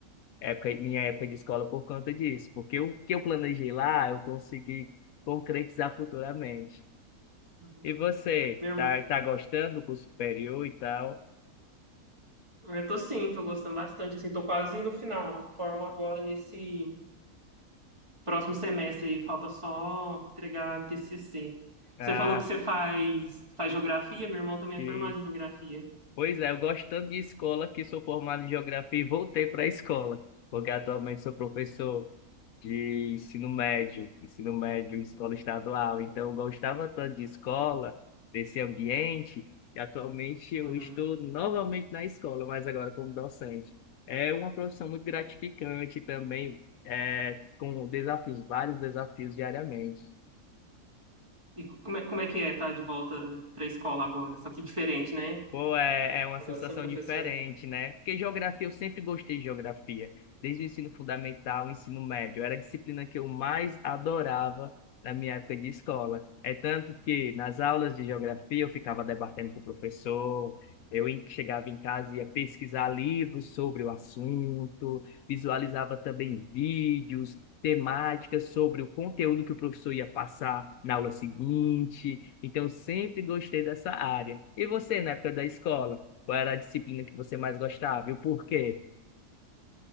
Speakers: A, on the left; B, on the right.
A: época, minha época de escola por conta disso, porque o que eu planejei lá, eu consegui concretizar futuramente.
B: Uhum.
A: E você,
B: Meu
A: tá,
B: irmão-
A: tá gostando do curso superior e tal?
B: Eu tô sim, tô gostando bastante, assim, tô quase no final. Formo agora nesse próximo semestre e falta só entregar TCC.
A: Ah,
B: Você falou que você faz, faz geografia, meu irmão também
A: isso.
B: é formado em geografia.
A: Pois é, eu gosto tanto de escola que sou formado em geografia e voltei para a escola, porque atualmente sou professor de ensino médio, ensino médio em escola estadual. Então, eu gostava tanto de escola, desse ambiente, e atualmente eu
B: Uhum.
A: estou novamente na escola, mas agora como docente. É uma profissão muito gratificante também, é, com desafios, vários desafios diariamente.
B: E como é, como é que é estar de volta para a escola agora? Só que diferente, né?
A: Pô, é, é uma
B: Agora
A: sensação
B: você é um professor.
A: diferente, né? Porque geografia, eu sempre gostei de geografia, desde o ensino fundamental, o ensino médio. Era a disciplina que eu mais adorava na minha época de escola. É tanto que nas aulas de geografia eu ficava debatendo com o professor, eu em- chegava em casa e ia pesquisar livros sobre o assunto, visualizava também vídeos, temáticas, sobre o conteúdo que o professor ia passar na aula seguinte. Então, sempre gostei dessa área. E você, na época da escola, qual era a disciplina que você mais gostava e o porquê?